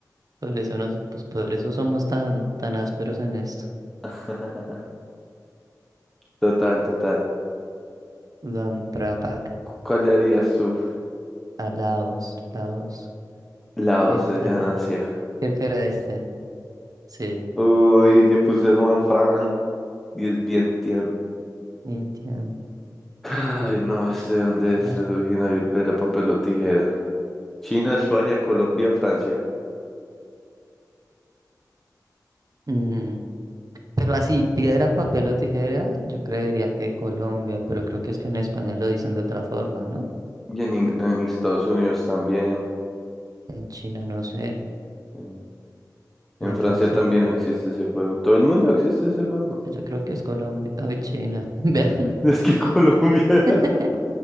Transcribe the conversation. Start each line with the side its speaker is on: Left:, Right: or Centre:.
Right: por eso nos, pues por eso somos tan, tan ásperos en esto.
Centre: <laughs> Total, total.
Right: Luang Prabang
Centre: Cu- ¿Cuál le harías tú?
Right: a Laos, Laos.
Centre: La doce
Right: Vientiane.
Centre: ya Oceanasia.
Right: Creo que era este. Sí.
Centre: Uy, yo puse Luan Prabang y es bien Tian.
Right: Vientiane.
Centre: Ay,
Right: D-
Centre: no, este, ¿dónde es
Right: ah,
Centre: originario el piedra, papel o tijera? China, España, Colombia o Francia.
Right: Mm. Pero así, piedra, papel o tijera, yo creería que Colombia, pero creo que es que en España lo dicen de otra forma, ¿no?
Centre: Y en, Ingl- en Estados Unidos también.
Right: En China no sé,
Centre: En,
Right: y
Centre: en
Right: en
Centre: Francia
Right: Francia,
Centre: también existe ese juego. En todo el mundo existe ese juego.
Right: pues
Centre: <laughs>
Right: yo creo que es Colombia, ay, China, <laughs> vean,
Centre: Es que Colombia. <laughs>
Right: <laughs>